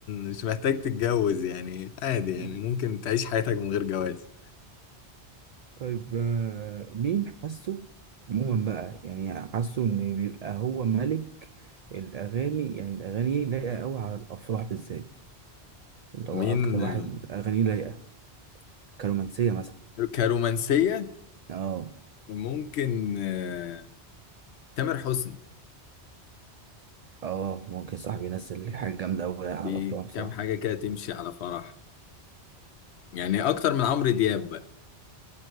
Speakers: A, on the left; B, on the right.
A: مش محتاج تتجوز يعني عادي
B: مم.
A: يعني ممكن تعيش حياتك من غير جواز
B: طيب آه، مين حاسه عموما بقى يعني حاسه ان بيبقى هو ملك الاغاني يعني الاغاني لايقة قوي على الافراح بالذات اللي
A: مين
B: هو اكتر
A: آه،
B: واحد اغانيه لايقة كرومانسية مثلا
A: كرومانسية
B: اه
A: ممكن آه، تامر حسني
B: اه ممكن صاحبي ينزل حاجة جامدة قوي
A: بكام
B: على الافراح بصراحة
A: حاجة كده تمشي على فرح يعني أكتر من عمرو دياب بقى